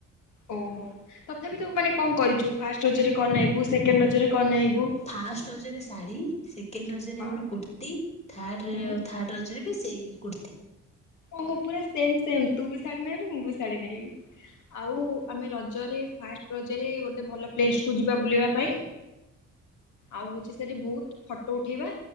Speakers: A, on the left (about 75°); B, on the left (about 20°).
A: ଓହୋ ତଥାପି ତୁ ମାନେ କଣ କରିଛୁ ଫାଷ୍ଟ ରଜରେ କଣ ନାଇବୁ ସେକେଣ୍ଡ ରଜରେ କଣ ନାଇବୁ?
B: ଫାଷ୍ଟ ରଜରେ ଶାଢ଼ୀ ସେକେଣ୍ଡ ରଜରେ
A: ହଁ
B: ଗୋଟେ କୁର୍ତ୍ତ ଥାର୍ଡ଼
A: ହୁଁ
B: ଥାର୍ଡ଼ ରଜରେ ବି ସେଇ କୁର୍ତ୍ତି
A: ଓୋ ପୁରା ସେମ ସେମ ତୁ ବି ଶାଢ଼ୀ ନାଇବୁ ମୁଁ ବି ଶାଢ଼ୀ ନାଇବି। ଆଉ ଆମେ ରଜରେ ଫାଷ୍ଟ ରଜରେ ଗୋଟେ ଭଲ ପ୍ଲେସ କୁ ଯିବା ବୁଲିବା ପାଇଁ। ଆଉ ହଉଛି ସେଠୀ ବହୁତ ଫଟୋ ଉଠେଇବା